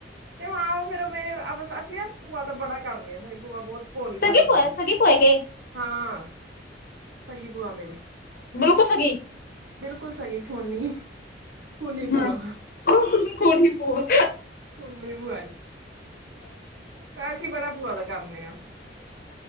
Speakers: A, on the right; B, on the left.
A: ਤੇ ਹਾਂ ਉਹ ਫੇਰੇ ਮੇਰੇ ਅਸੀਂ ਭੂਆ ਤਾਂ ਬੜਾ ਕਰਨੀੇ ਆ ਭੂਆ ਬਹੁਤ ਭੋਲੀ
B: ਸਗੀ
A: ਪਾਲੀ ਗਈਏ
B: ਪੋਏ ਸਗੀ ਪੋਏ ਕੇ
A: ਹਾਂ ਸਗੀ ਭੂਆ ਮੇਰੀ
B: ਛ ਗਈ
A: ਬਿਲਕੁਲ ਸਗੀ ਖਹੋਣੀ ਖੋਨੀ ਬੂਆ
B: ਹਾਂ ਕੌਣ ਹੀ ਪੂਆ
A: ਖੋਨੀ ਬੂਆ ਏ ਪੈਸੇ ਬੜਾ ਭੂਆ ਦਾ ਕਰਨੇ ਆ